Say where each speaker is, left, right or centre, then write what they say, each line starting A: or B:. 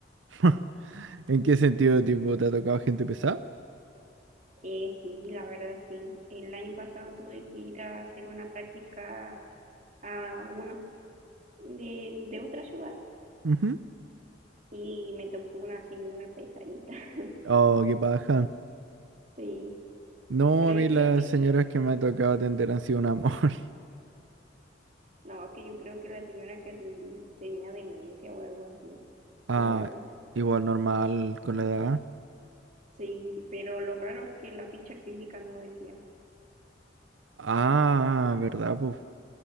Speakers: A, on the right; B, on the right.
A: <laughs> ¿En qué sentido, tipo, te ha tocado gente pesada?
B: Eh, sí, la verdad sí. El año pasado tuve que ir a hacer una práctica a unos de, de otra ciudad
A: Ujú.
B: y me tocó una señora pesadita. <laughs>
A: Oh, qué paja.
B: Sí,
A: No,
B: pero
A: a
B: yo
A: mí las
B: creo que,
A: señoras que me ha tocado atender han sido un amor. <laughs>
B: no, que yo creo que la señora que atendí tenía demencia o algo así,
A: Ah,
B: la verdad.
A: igual normal con la edad.
B: Sí, pero lo raro es que la ficha clínica no decía.
A: Ah, ¿verdad? Pues,